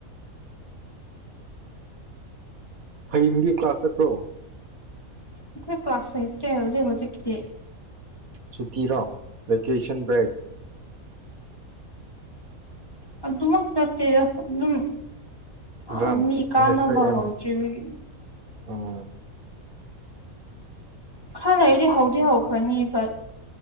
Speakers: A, on the right; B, on the left.
A: ꯍꯌꯦꯡꯗꯤ ꯀ꯭ꯂꯥꯁ ꯆꯠꯄ꯭ꯔꯣ꯫
B: ꯑꯩꯈꯣꯏ ꯀ꯭ꯂꯥꯁ ꯂꯩꯇꯦ ꯍꯧꯖꯤꯛ ꯍꯧꯖꯤꯛꯀꯤꯗꯤ꯫
A: ꯁꯨꯇꯤꯔꯣ ꯚꯦꯀꯦꯁꯟ ꯕ꯭ꯔꯦꯛ꯫
B: ꯎ ꯑꯗꯨꯃꯛ ꯆꯠꯇꯦꯗ ꯎꯝ꯫
A: ꯑꯦꯛꯖꯥꯝ
B: ꯑ ꯃꯤ
A: ꯁꯦꯃꯤꯁꯇꯔ
B: ꯀꯥꯅꯕ
A: ꯑꯦꯟ
B: ꯍꯧꯗ꯭ꯔꯤꯕꯒꯤ꯫
A: ꯑꯣ꯫
B: ꯈꯔ ꯂꯩꯔꯗꯤ ꯍꯧꯗꯤ ꯍꯧꯈ꯭ꯔꯅꯤ ꯕ